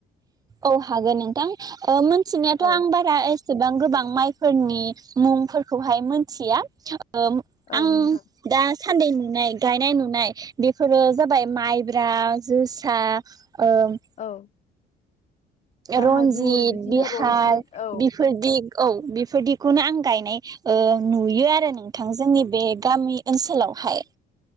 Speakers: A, on the right; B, on the left.
A: औ हागोन नोंथां ओ मिथिनायखथ'
B: औ
A: आं बारा एस एसेबां गोबां माइफोरनि मुंफोरखौहाय मोनथिया। ओ
B: औ
A: आं
B: नोंथां
A: दा सान्दै नुनाय गायनाय नुनाय बेफोरो जाबाय माइब्रा जोसा। ओम।
B: औ बाहादुर
A: रन्जित
B: बिदिनो
A: बिहार
B: रन्जित औ
A: बेफोरदि औ बेफोरदिखौनो आं गायनाय ओ नुयो आरो नोंथां जोंनि बे गामि ओनसोलावहाय।